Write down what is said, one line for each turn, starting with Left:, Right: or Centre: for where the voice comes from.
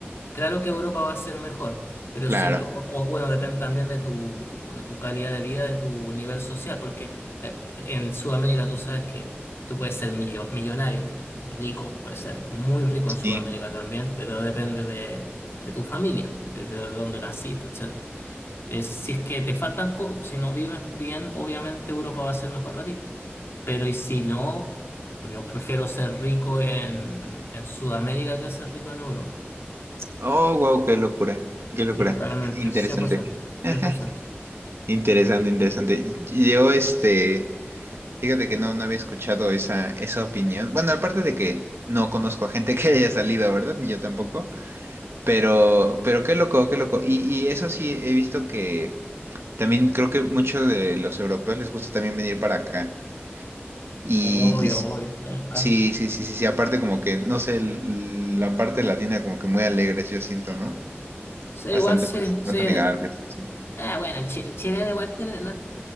Left: Claro que Europa va a ser mejor, pero
Right: Claro,
Left: si tú, o, o, bueno, depende también de tu, de tu calidad de vida, de tu nivel social, porque eh, en Sudamérica tú sabes que tú puedes ser millo- millonario, rico, puedes ser muy rico en Sudamérica
Right: sí.
Left: también, pero depende de, de tu familia, de, de dónde naciste, etcétera. Eh, si es que te faltan, co- si no viven bien, obviamente Europa va a ser mejor para ti, pero y si no, yo prefiero ser rico en, en Sudamérica que ser rico en Europa.
Right: Oh, wow, qué locura. Qué locura.
Left: Mm, Realmente,
Right: Interesante.
Left: cien cien por ciento cien
Right: <laughs>
Left: por ciento
Right: Interesante, interesante. Yo, este. Fíjate que no, no había escuchado esa, esa opinión. Bueno, aparte de que no conozco a gente <laughs> que haya salido, ¿verdad? Ni yo tampoco. Pero, pero qué loco, qué loco. Y, y eso sí, he visto que también creo que muchos de los europeos les gusta también venir para acá. Y,
Left: Obvio,
Right: y s-
Left: obvio, le encanta.
Right: sí, sí, sí, sí, sí. Aparte como que, no sé, l- la parte latina como que muy alegres, yo siento, ¿no?
Left: Sí, igual
Right: Bastante
Left: sí,
Right: más,
Left: sí.
Right: más amigables, así.
Left: Ah, bueno, el, chi- el chileno igual tiene, no-